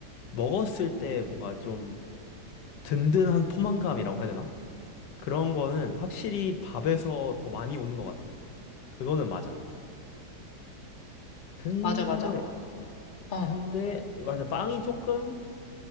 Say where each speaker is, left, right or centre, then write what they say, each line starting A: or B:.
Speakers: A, on the left (about 80°); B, on the left (about 35°).
A: 먹었을 때 뭔가 좀 든든한 포만감이라고 해야 되나? 그런 거는 확실히 밥에서 더 많이 오는 것 같아. 그거는 맞아. 근데,
B: 맞아, 맞아. 어.
A: 근데, 맞아. 빵이 조금